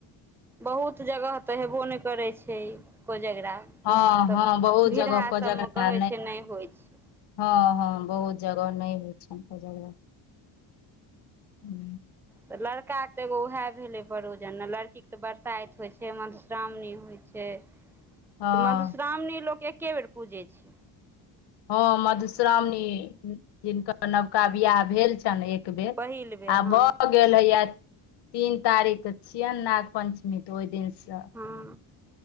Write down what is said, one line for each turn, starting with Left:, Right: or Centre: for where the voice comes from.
Centre: बहुत जगह तऽ हेबो नहि करै छैय इ कोजगड़ा।
Left: हँ
Centre: इमहर सब
Left: हँ बहुत
Centre: भिड़हा
Left: जगह कोजगरा
Centre: सब मे कहै छै नहि होइ छै।
Left: हँ हँ बहुत जगह नहि होइ छैय कोजगड़ा। हू
Centre: त लड़का के तऽ एगो वएह भेलै परोजन न लड़कीके तऽ बरसाइत होइ छैय मधुश्रावणी होइ छैय
Left: हँ
Centre: तऽ मधुश्रावणी लोक एके बेर पूजै छैय।
Left: हँ मधुश्रावणी जिनकर नवका बियाह भेल छनि एक। एकबेर
Centre: पहिल बेर
Left: आब
Centre: हँ
Left: भ गेल हैया तीन तारीख के छियैन नाग पञ्चमी तऽ ओहि दिन सँ।
Centre: हँ